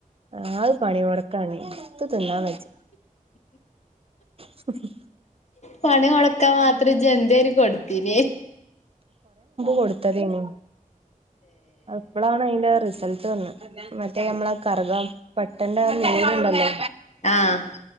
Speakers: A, on the right; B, on the left.
A: ആ അത് പണി ഉറക്കാണ് ഇപ്പ തിന്നാൻ വച്ച സഫി
B: പണി മുടക്കാൻ മാത്രം എന്തും കൊടുത്തന
A: കൊടുത്തതനി ഇപ്പോഴാണ് അതിന്റെ റിസൾട്ട് ന്ന് മറ്റേ നമ്മള കറക പെട്ടന്റെ നീല ഉണ്ടല്ലോ
B: ആഹ